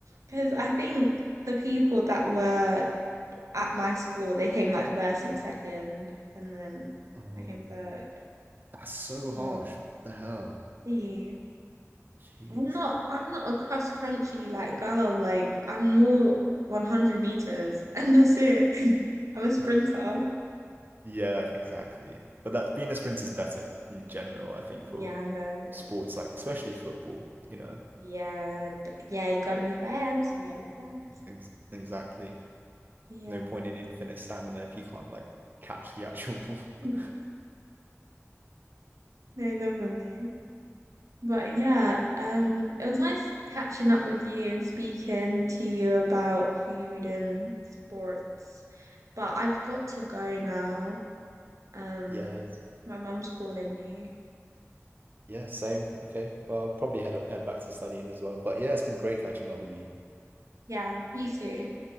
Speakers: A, on the right (about 90°); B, on the right (about 40°).
A: because I think the people that were at my school, they came like first and second, and then
B: Oh,
A: I came third.
B: that's so
A: You
B: harsh.
A: know.
B: What the hell?
A: Yeah.
B: Jeez.
A: I'm not I'm not a cross crunchy like girl. Like I'm more 100 meters <laughs> and that's it. <laughs> I'm a sprinter.
B: <laughs> Yeah, exactly. But that being a sprint is better in general, I think, for
A: Yeah.
B: sports like especially football, you know.
A: Yeah. d- Yeah, you gotta be fast. You gotta be fast.
B: Ex exactly.
A: Yeah.
B: No point in infinite stamina if you can't like catch the actual ball.
A: Mm.
B: <laughs>
A: No, definitely. But yeah, um, it was nice catching up with you and speaking to you about food and sports. But I've got to go now. Um,
B: Yeah,
A: my mum's calling me.
B: yeah, same. Okay. Well, I'll probably head up, head back to studying as well. But yeah, it's been great catching up with you.
A: Yeah, you too.